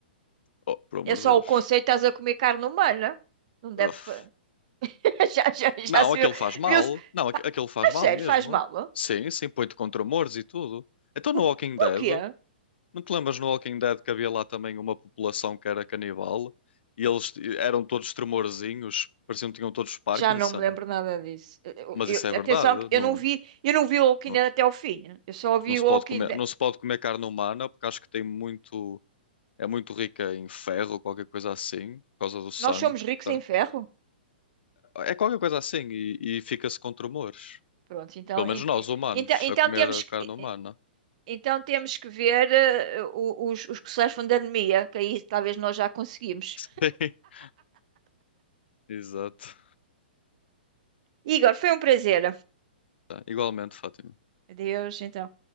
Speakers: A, on the left; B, on the right.
A: Oh, por amor
B: É só
A: de Deus.
B: o conceito, estás a comer carne humana. Não deve.
A: Uf.
B: te fa- <laughs> Já, já,
A: Não,
B: já se
A: aquilo
B: viu.
A: faz mal.
B: Viu-se.
A: Não, aqu-
B: Pá,
A: aquilo faz
B: A
A: mal
B: sério,
A: mesmo.
B: faz mal? ó?
A: Sim, sim, põe-te contra humores e tudo. Então
B: Com-
A: no Walking
B: Porquê?
A: Dead, não te lembras no Walking Dead que havia lá também uma população que era canibal e eles t- eram todos tremorzinhos, pareciam que tinham todos Parkinson.
B: Já não me lembro nada disso. Eu-
A: Mas
B: eu-
A: isso é
B: atenção,
A: verdade,
B: que eu
A: não,
B: não vi, eu não vi o Walking
A: não,
B: Dead até ao fim. né? Eu só vi
A: não se
B: o Walking
A: pode comer,
B: Dead.
A: não se pode comer carne humana porque acho que tem muito é muito rica em ferro, qualquer coisa assim, por causa do sangue.
B: Nós somos ricos
A: tá?
B: em ferro.
A: É, é qualquer coisa assim e, e fica-se com tremores.
B: Pronto, então,
A: Pelo
B: en-
A: menos nós,
B: en-
A: humanos,
B: então, então
A: a comer
B: temos
A: a
B: que,
A: carne humana.
B: en- então temos que ver eh, o- os, os que sofrem da anemia, que aí talvez nós já conseguimos.
A: <laughs> Exato.
B: Igor, foi um prazer.
A: Tá, Igualmente, Fátima.
B: Adeus, então.